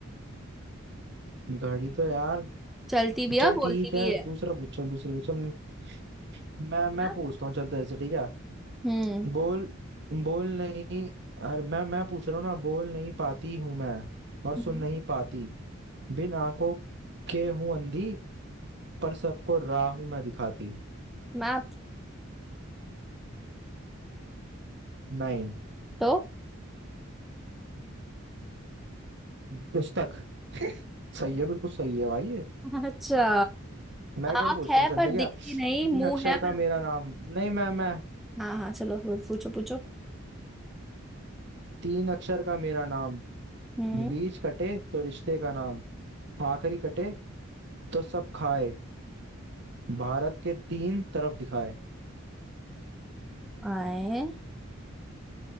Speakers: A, on the right; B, in the centre.
A: घड़ी तो यार
B: चलती भी है
A: चल
B: और बोलती
A: ठीक
B: भी
A: है
B: है
A: दूसरा पूछ चल दूसरा पूछ चल मैं मैं
B: ना?
A: पूछता हूँ चल तेरे से ठीक है
B: हम्म
A: बोल बोल नहीं अरे मैं मैं पूछ रहा हूँ ना बोल नहीं पाती हूँ मैं और
B: हम्म।
A: सुन नहीं पाती बिन आंखों के हूँ अंधी पर सबको राह हूँ मैं दिखाती
B: मैप
A: नहीं
B: तो
A: पुस्तक <laughs> सही है बिल्कुल सही है भाई ये
B: <laughs> अच्छा
A: मैं एक
B: आंख
A: और पूछता
B: है
A: हूँ चल
B: पर
A: ठीक है
B: दिखती नहीं
A: तीन
B: मुंह
A: अक्षर
B: है
A: का
B: पर
A: मेरा नाम नहीं मैं मैं
B: हाँ हाँ चलो और पूछो पूछो
A: तीन अक्षर का मेरा नाम
B: हम्म।
A: बीच कटे तो रिश्ते का नाम आखिरी कटे तो सब खाए भारत के तीन तरफ दिखाए
B: आए